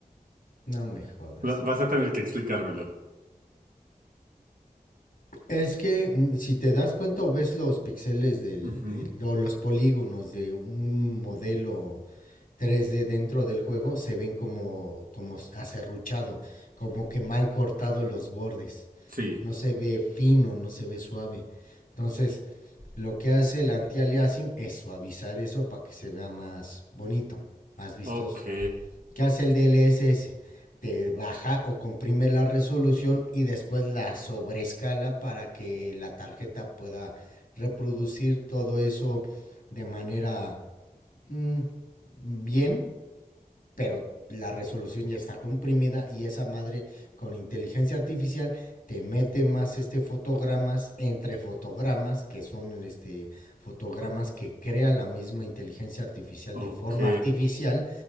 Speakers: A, on the left; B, on the right.
A: No me jodas.
B: Va- vas a tener que explicármelo.
A: Es que mm, si te das cuenta o ves los píxeles del,
B: Ujú.
A: del- o los polígonos de un modelo tres d dentro del juego, se ven como, como s- acerruchado, como que mal cortado los bordes.
B: Sí.
A: No se ve fino, no se ve suave. Entonces, lo que hace el anti-aliasing es suavizar eso para que se vea más bonito, más vistoso.
B: Ok.
A: ¿Qué hace el DLSS? Te baja o comprime la resolución y después la sobreescala para que la tarjeta pueda reproducir todo eso de manera mm, bien pero la resolución ya está comprimida y esa madre con inteligencia artificial te mete más este fotogramas entre fotogramas que son este fotogramas que crea la misma inteligencia artificial
B: Ok.
A: de forma artificial